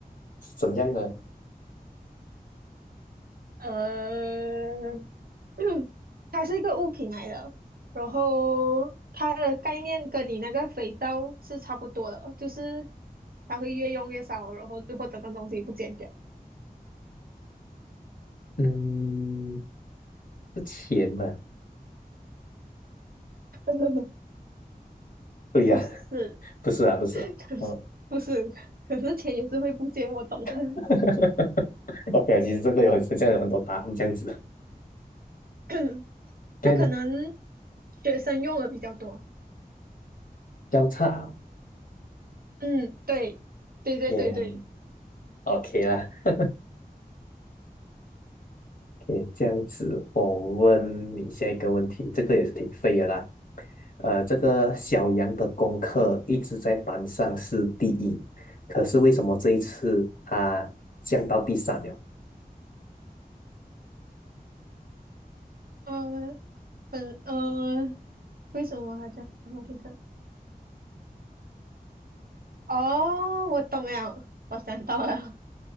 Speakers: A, on the left; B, on the right.
A: 是怎样的？
B: 呃，嗯它是一个物品来的，然后它的概念跟你那个肥皂是差不多的，就是它会越用越少，然后最后整个东西不见掉。
A: 嗯，是钱嘛？
B: <laughs>
A: 对呀、
B: 不是，
A: <laughs> 不是啊，不是啊。
B: 可是不是，
A: 哦
B: 可是钱也是会不见，我懂。<coughs>
A: <laughs>，OK 啊，其实这个有很像有很多答案这样子。
B: <clears throat>
A: 该你
B: 那可能学生用的比较多。
A: 交叉
B: 嗯，对，对对对对，
A: 耶，OK 啦，OK 这样子。我问你下一个问题，这个也是挺废的啦。呃，这个小杨的功课一直在班上是第一，可是为什么这一次他降到第三了？
B: 呃，本呃，为什么我还讲到地上？哦，我懂了，我想到了，